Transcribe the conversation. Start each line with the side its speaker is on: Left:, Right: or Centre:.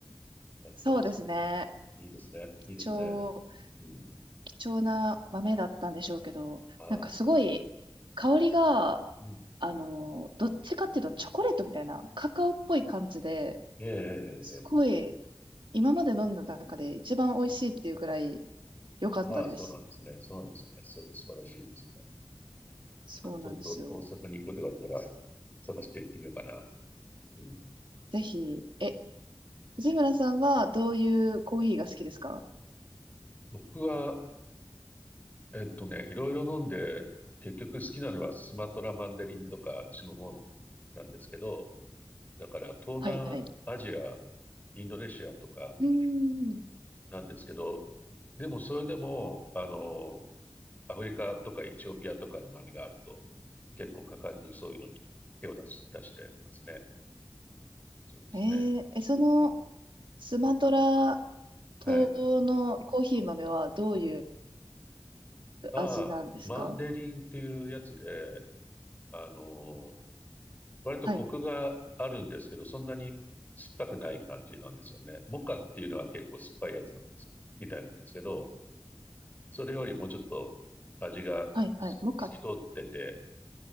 Left: やっぱり、
Right: そうですね。
Left: いいですね。いいですね。
Right: 貴重、
Left: うん
Right: 貴重な豆だったんでしょうけど、
Left: は
Right: なんかすごい、香りが、
Left: いうん。
Right: あの、どっちかっていうとチョコレートみたいな、カカオっぽい感じで、
Left: ええ、ええ、
Right: すごい
Left: え
Right: 今まで飲んだ中で一番美味しいっていうくらい良かったです。
Left: えはい、そうなんですね。そうなんですね。それ素晴らしいですね。
Right: そうなんですよ。
Left: ちょっと大阪に行くことがあったら探して行ってみようかな。うん。
Right: ぜひ、え、藤村さんはどういうコーヒーが好きですか
Left: 僕は、えっとね、いろいろ飲んで、結局好きなのはスマトラマンデリンとかあっちの方なんですけど、だから東南アジア、
Right: はいはい。
Left: インドネシアとか
Right: うーん。
Left: なんですけど、でもそれでも、あの、アフリカとかエチオピアとかの豆があると、結構果敢にそういうのに手を出す、出してますね。そうですね。
Right: えーえ、その
Left: うん、
Right: スマトラ島のコーヒー豆はどういう
Left: はい。ああ、
Right: 味なんですか
Left: マンデリンっていうやつで、あのー割とコクがあるんですけど、
Right: はい、
Left: そんなに酸っぱくない感じなんですよね。モカっていうのは結構酸っぱいやつなんです、みたいなんですけど、それよりもうちょっと味がす透き通ってて、
Right: はい、はい。モカ。